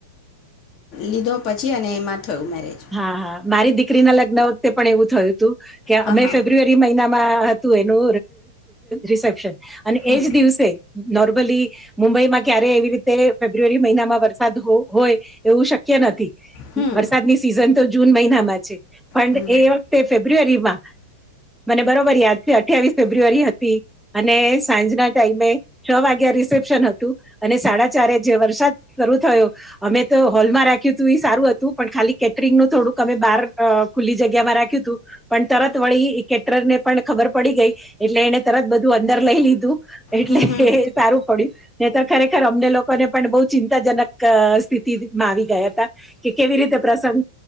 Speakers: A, on the left; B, in the centre.
A: લીધો પછી અને એમાં થયું મેરેજ
B: હા હા મારી દીકરી ના લગ્ન વખતે પણ એવું થયું હતું. કે
A: હા
B: અમે
A: હા
B: ફેબ્રુઆરી મહિનામાં તું એનો રિસેપ્શન. અને
A: હમ
B: એજ દિવસે, નોર્મલી મુંબઈમાં ક્યારે એવી રીતે ફેબ્રુઆરી મહિનામાં વરસાદ હોય, એવું શક્ય નથી.
A: હમ
B: વરસાદ ની તો જૂન મહિનામાં છે. પણ
A: હમ
B: એ વખતે ફેબ્રુઆરીમાં. મને બરોબર યાદ છે અઠવીસ ફેબ્રુઆરી હતી, અને સાંજના ટાઈમે, છ વાગ્યા રિસેપ્શન હતું અને સાડા ચારે જે વરસાદ શરૂુ થયો, અમે તો હોલમાં રાખ્યું હતું સારું હતું પણ ખાલી કેટરિંગ નું થોડુંક અમે બહાર અ ખુલ્લી જગ્યામાં રાખ્યું હતું. પણ તરત વળી કેટર ને પણ ખબર પડી ગઈ એટલે એને તરત બધું અંદર લઈ લીધું. એટલે
A: હમ હમ
B: એ સારું પડ્યું નઈ તો ખરેખર અમને લોકોને પણ બહુ ચિંતાજનક અ સ્થિતિમાં આવી ગયા હતા કે કેવી રીતે પ્રસંગ